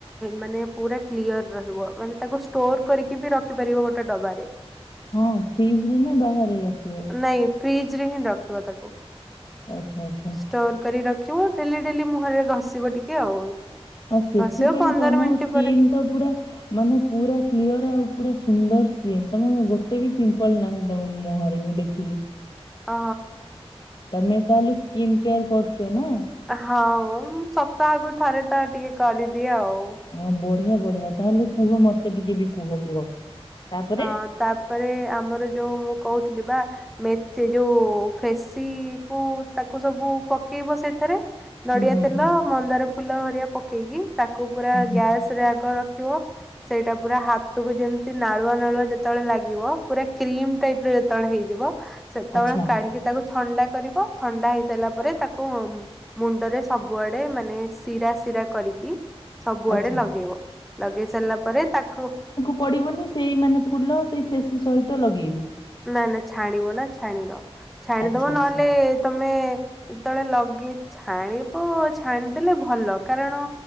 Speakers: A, in the centre; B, on the left.
A: ମାନେ ପୁରା କ୍ଲିୟର ରହିବ ମାନେ ତାକୁ ଷ୍ଟୋର କରିକି ବି ରଖିପାରିବ ଗୋଟେ ଡବାାରେ
B: ହଁ ଫ୍ରିଜ ରେ ନା ବାହାରେ ରଖିବ
A: ନାଇଁ ଫ୍ରିଜ ରେ ହିଁ ରଖିବ ତାକୁ
B: ଆଚ୍ଛା ଆଛା
A: ଷ୍ଟୋର କରି ରଖିବ ଡେଲି ଡେଲି ମୁହଁରେ ଘଷିବ ଟିକେ ଆଉ
B: ଆଉ ସେଥିପାଇଁ
A: ଘଷିବ ପନ୍ଦର
B: ତମ
A: ମିନିଟ
B: ସ୍କିନ୍
A: ପରେ
B: ପୁରା ମାନେ ପୁରା କ୍ଲିଅର ଆଉ ପୁରା ସୁନ୍ଦର ସ୍ଏ ତମ ଗୋଟେ ଏତେ ବି ପିମ୍ପଲ ନାହିଁ ତମ ମୁହଁରେ ମୁଁ ଦେଖି
A: ଅ
B: ତମେ ତାହେଲେ ସ୍କିନ୍ କେୟାର କରୁଛ ନା
A: ହଁ ସପ୍ତାହରୁ ଥରେ ଟ ଟିକେ କରିଦିଏ ଆଉ
B: ହଁ ବଢିଆ ବଢିଆ ତାହେଲେ କୁହ ମତେ ଟିକେ ବି କୁହ କୁହ ତାପରେ
A: ହଁ ତାପରେ ଆମର ଯୋଉ ମୁଁ କହୁଥିଲି ବା ମେଥି ଯୋଉ ଫେସି କୁ ତାକୁ ସବୁ ପକେଇବ ସେଥିରେ। ନଡିଆ
B: ହୁଁ ହୁଁ
A: ତେଲ,
B: ହୁଁ
A: ମନ୍ଦାର ଫୁଲ ଭରିଆ ପକେଇକି ତାକୁ ପୁରା
B: ହୁଁ ହୁଁ
A: ଗ୍ୟାସ୍ ଆଗ ରଖିବ ସେଇଟା ପୁରା ହାତକୁ ଯେମିତି ନାଳୁଆ ଯେତେବେଳେ ଲାଗିବ ପୁରା କ୍ରିମ ଟାଇପ ର ଯେତେବେଳ ହେଇଯିବ ସେତେବେଳେ
B: ଆଚ୍ଛା
A: କାଢ଼ିକି ତାକୁ ଥଣ୍ଡା କରିବ ଥଣ୍ଡା ହେଇ ସାରିଲା ପରେ ତାକୁ ମୁଣ୍ଡରେ ସବୁଆଡେ ମାନେ ଶିରା ଶିରା କରିକି ସବୁଆଡେ
B: ଆଚ୍ଛା
A: ଲଗେଇବ ଲଗେଇ ସାରିଲା ପରେ ତାକୁ
B: ପଡ଼ିବନି ସେଇ ମାନେ ଫୁଲ ସେଇ ଫେସି ସହିତ ଲଗେଇବୁ।
A: ନା ନା ଛାଣିବ ନା ଛାଣଦ ଛାଣିଦବ
B: ଆଚ୍ଛା
A: ନହେଲେ
B: ଆଚ୍ଛା
A: ତମେ ଯେତେବେଳେ ଲଗେଇ ଛାଣିବ ଛାଣିଦେଲେ ଭଲ କାରଣ